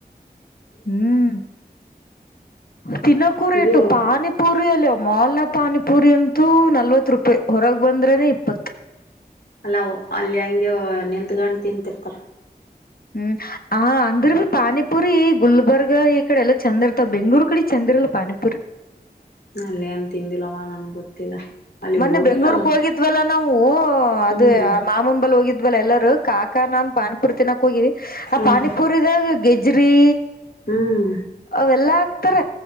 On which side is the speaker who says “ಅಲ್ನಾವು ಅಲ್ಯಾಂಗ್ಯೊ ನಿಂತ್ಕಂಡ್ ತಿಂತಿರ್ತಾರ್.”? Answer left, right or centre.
Left